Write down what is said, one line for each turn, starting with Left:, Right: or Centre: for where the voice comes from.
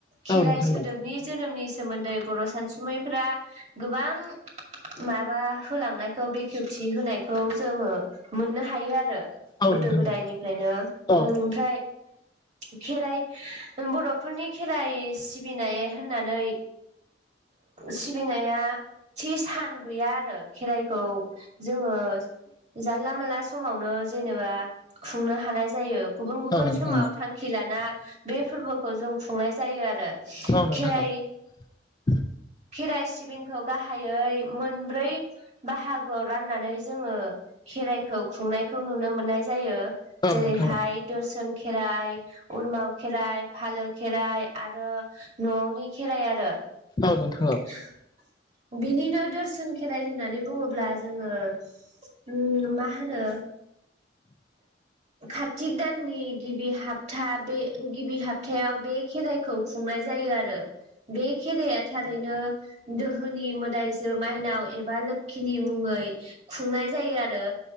Right: खेराइ
Left: औ नोंथां
Right: सोदोबनि
Left: औ
Right: जोनोमनि सोमोनदै बर' सानसुमैफोरा गोबां माबा होलांनायखौ बेखेवथि होनायखौ जोङो मोननो हायो आरो
Left: औ नोंथां
Right: दायनिफ्रायनो
Left: औ औ
Right: ओमफ्राय खेराइ बर'फोरनि खेराइ सिबिनाय होननानै सिबिनाया थि सान गैया आरो। खेराइखौ जोङो जानला मोनला समावनो जेनेबा खुंनो हानाय जायो गुबुन गुबुन
Left: औ नोंथां
Right: समाव
Left: औ
Right: थां खि लाना बे फोरबोखौ जों खुंनाय जायो आरो
Left: औ
Right: खेराइ
Left: <inaudible>
Right: खेराइ सिबिंखौ गाहायै मोनब्रै बाहागोयाव राननानै जोङो खेराइखौ खुंनायखौ नुनो मोननाय जायो
Left: औ नोंथां औ
Right: जेरैहाय
Left: नोंथां औ नोंथां औ
Right: दोरसन खेराइ उरमाव खेराइ फालो खेराइ आरो न'आवनि खेराइ आरो
Left: औ नोंथां औ
Right: ए <unintelligible> बिनिनो दोरसोन खेराइ होननानै बुङोब्ला जोङो ओम मा होनो कार्तिक दाननि गिबि हपथा बे गिबि हपथायायाव बे खेराइखौ खुंनाय जायो आरो बे खेराया थारैनो दो सोरगोनि मोदाइजो माइनाव एबा लोखिनि मुङै खुंनाय जायो आरो